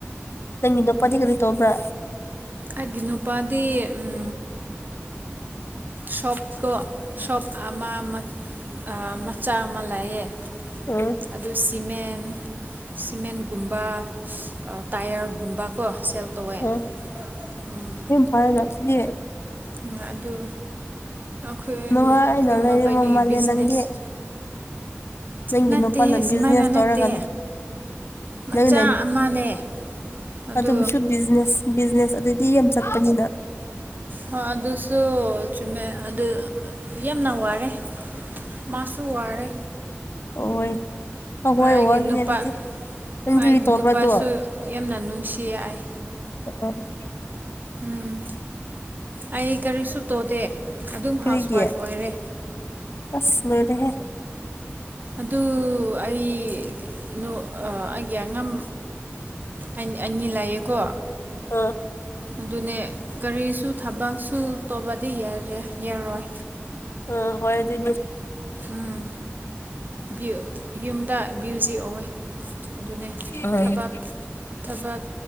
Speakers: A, on the left (about 60°); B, on the right (about 40°).
A: ꯅꯪꯒꯤ ꯅꯨꯄꯥꯗꯤ ꯀꯔꯤ ꯇꯧꯕ꯭ꯔꯥ
B: ꯑꯩꯒꯤ ꯅꯨꯄꯥꯗꯤ ꯎꯝ ꯁꯣꯞꯀꯣ ꯁꯣꯞ ꯑꯃ ꯑꯥ ꯃꯆꯥ ꯑꯃ ꯂꯩꯌ‌ꯦ
A: <unintelligible>
B: ꯑꯗꯨ ꯁꯤꯃꯦꯟ ꯁꯤꯃꯦꯟꯒꯨꯝꯕ ꯇꯥꯏꯌꯔꯒꯨꯝꯕꯀꯣ ꯁꯨꯝ ꯇꯧꯌ‌ꯦ
A: ꯎꯝ
B: ꯎꯝ
A: <unintelligible>
B: ꯎꯝ ꯑꯗꯨ ꯑꯩꯈꯣꯏ ꯑꯩꯈꯣꯏ
A: ꯅꯨꯡꯉꯥꯏꯅ ꯂꯩꯔꯕ
B: ꯃꯥꯕꯟꯅꯤ
A: ꯃꯥꯜꯂꯦ
B: ꯕꯤꯖꯤꯅꯦꯁ
A: ꯅꯪꯗꯤ ꯅꯪꯒꯤ
B: ꯅꯠꯇꯦꯍꯦ
A: ꯅꯨꯄꯥ ꯅ ꯕꯤꯖꯤꯅꯦꯁ
B: ꯁꯨꯃꯥꯏꯅ
A: ꯇꯧꯔꯒꯥ
B: ꯅꯠꯇꯦ ꯃꯆꯥ
A: ꯅꯪꯅ
B: ꯑꯃꯅꯦ ꯑꯗꯨ
A: <unintelligible> ꯕꯤꯖꯤꯅꯦꯁ ꯕꯤꯖꯤꯅꯦꯁ ꯑꯗꯨꯗꯤ ꯌꯥꯝ ꯆꯠꯄꯅꯤꯅ
B: ꯍꯣꯏ ꯑꯗꯨꯁꯨ ꯆꯨꯝꯃꯦ ꯑꯗꯨ ꯌꯥꯝꯅ ꯋꯥꯔꯦ ꯃꯥꯁꯨ ꯋꯥꯔꯦ
A: ꯍꯣꯏ ꯍ ꯍꯣꯏ
B: ꯑꯩꯒꯤ
A: ꯋꯥꯒꯤꯅꯦ
B: ꯅꯨꯄꯥ
A: ꯑꯗꯨꯗꯤ ꯅꯪꯗꯨꯨꯗꯤ
B: ꯍꯣꯏ ꯑꯩꯒꯤ
A: ꯇꯧꯕ꯭ꯔꯥꯗꯣ
B: ꯅꯨꯄꯥꯁꯨ ꯌꯥꯝꯅ ꯅꯨꯡꯁꯤꯌ‌ꯦ ꯑꯩ
A: <unintelligible>
B: ꯎꯝ ꯑꯩ ꯀꯔꯤꯁꯨ ꯇꯧꯗꯦ ꯑꯗꯨꯝ
A: ꯀꯔꯤꯒꯤ
B: ꯍꯥꯎꯁ ꯋꯥꯏꯐ ꯑꯣꯏꯔꯦ
A: ꯑꯁ ꯂꯣꯏꯔꯦꯍꯦ
B: ꯑꯗꯨ ꯑꯩ ꯅꯨ ꯑ ꯑꯩꯒꯤ ꯑꯉꯝ ꯑꯟ ꯑꯅꯤ ꯂꯩꯌꯦꯀꯣ
A: ꯎꯝ
B: ꯑꯗꯨꯅꯦ ꯀꯔꯤꯁꯨ ꯊꯕꯛꯁꯨ ꯇꯧꯕꯗꯤ ꯌꯥꯔꯦ ꯌꯥꯔꯣꯏ
A: ꯎꯝ ꯍꯣꯏ ꯑꯗꯨꯏꯅ
B: ꯎꯝ ꯕ꯭ꯌꯨ ꯌꯨꯝꯗ ꯕ꯭ꯌꯨꯖꯤ ꯑꯋꯦ ꯑꯗꯨꯅꯦ
A: ꯎꯝ ꯑꯩꯅ
B: ꯊꯕꯠ ꯊꯕꯠ